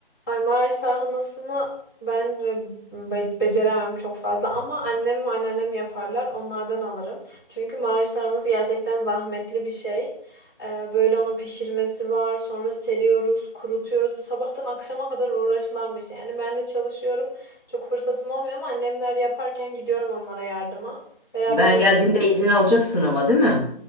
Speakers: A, on the left; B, on the left.
A: Ay Maraş tarhanasını ben e, be- beceremem çok fazla ama annem ve anneannem yaparlar. Onlardan alırım. Çünkü Maraş tarhanası gerçekten zahmetli bir şey. Ee, böyle onu pişirmesi var. Sonra seriyoruz, kurutuyoruz. Sabahtan akşama kadar uğraşılan bir şey. Yani ben de çalışıyorum. Çok fırsatım olmuyor ama annemler yaparken gidiyorum onlara yardıma. Beraber.
B: Ben geldiğimde izin alacaksın ama değil mi?